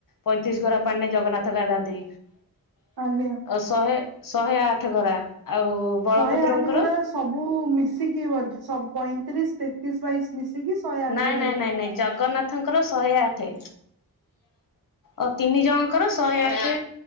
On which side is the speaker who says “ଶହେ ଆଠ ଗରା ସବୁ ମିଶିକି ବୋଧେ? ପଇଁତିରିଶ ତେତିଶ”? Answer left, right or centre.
Right